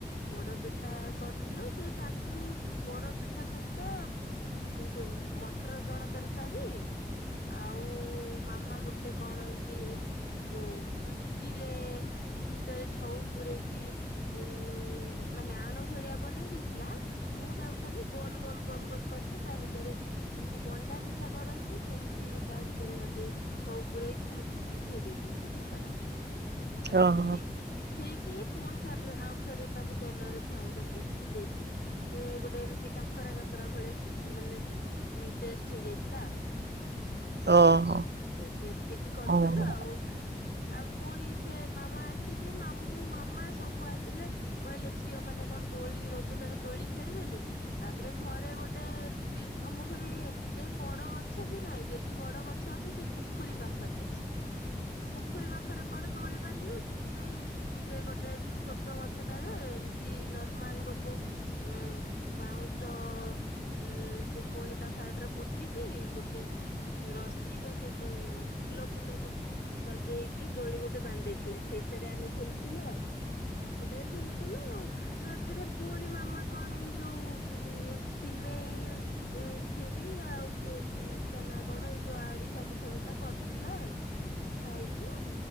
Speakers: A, on the left; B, on the right.
A: ପୋଡପିଠା କରଥିଲୁ ସେ ତାକୁ ପୋଡ ପିଠା ସହିତ ଯୋଉ ମଟର ଚଣା ତରକାରୀ। ଆଉ ମାମା ଗୋଟେ କଣ ଏମତି ଯୋଉ ସୁ ସିଏ ଭିତରେ ଛଉ ପୂରେଇକି ଉଁ ମାନେ ଆଣ ଭଳିଆ ବନେଇ ଦେଇଥିଲା। ମୁଁ ତାକୁ ଖାଲି ଗୋଲ ଗୋଲ ଗୋଲ ଗୋଲ କରିକି ତା ଭିତରେ। ଯେମିତି ମଣ୍ଡା ପିଠା କରନ୍ତି ସେମିତି ତା ଭିତରେ କାଲି ଛଉ ପୂରେଇକି ମୁ ସିଝେଇ ଦେଇଥିଲି ସେ ପିଠା ଟାକୁ ତା
B: ଓହୋ
A: ସିଝେଇ ସିଝେଇକି କି ପୁଣି ଥରେ ଆଉ ଥରେ ତାକୁ ତେଲରେ ଛାଣିଦେଲେ ଦେଇଥିଲେ। ସେ ଗୋଟେ ଏମିତି କାକରା କାକରା ଭଳିଆ ମାନେ ଟେଷ୍ଟ ହେଇଯାଇଥିଲା ଆଉ।
B: ଓହୋ
A: ସେତିକି କରିଥିଲୁ
B: ଓହୋ
A: ଆଉ। ଆଉ ପୁଣି ସେ ମାମା ଆସିକି ମାମୁ। ମାମା ସବୁ ଆସିଲେ କହିଲେ ଝିଅ ମାନେ କଣ ଦୋଳି ରୋଜଟାରେ ଦୋଳି ଖେଳିବେନି। ତାପରେ ଘରେ ଗୋଟେ ଲି ଆମ ଘରେ ଏତେ ବଡ ଗଛ ବି ନାହିଁ ଯଦି ବଡ ଗଛ ଅଛି ସେ ପୋଖରୀ ପାଖରେ ଅଛି। ସେ ପୋଖରୀ ପାଖରେ କଣ ଦୋଳି ବାନ୍ଧିବେ ସେଇଥିପାଇଁ। ସେ ଗୋଟେ ଛୋଟ ଗଛଟାରେ ଏମତି ନର୍ମାଲ ଗୋଟେ ଏଁ ବାଉଁଶ ହୁଁ ପ ପୁଣି ତା ସାଇଡରେ ପୋତି କି ଗୋଟେ ରସିରେ ସେଇ ଯୋଉ ଫୁଲ ଫୁଲ ସବୁ ସଜେଇକି ଦୋଳି ଗୋଟେ ବାନ୍ଧ ଦେଇଥିଲେ ସେଇଠାରେ ଆମେ ଝୁଲୁଥିଲୁ ଆଉ। ସେତେବେଳେ ଝୁଲୁଥିଲୁ ରାତିରେ ପୁଣି ମାମା କଣ ଏଇ ଯୋଉ ଉଁ ସିମେଇ ଉଁ କ୍ଷିରି ଆଉ ସେ ତା ନା କଣ ଏଇ ଯୋଉ ଆଡିଶା ପିଠା ପିଠା କରିଥିଲା। ଖାଇକଲୁ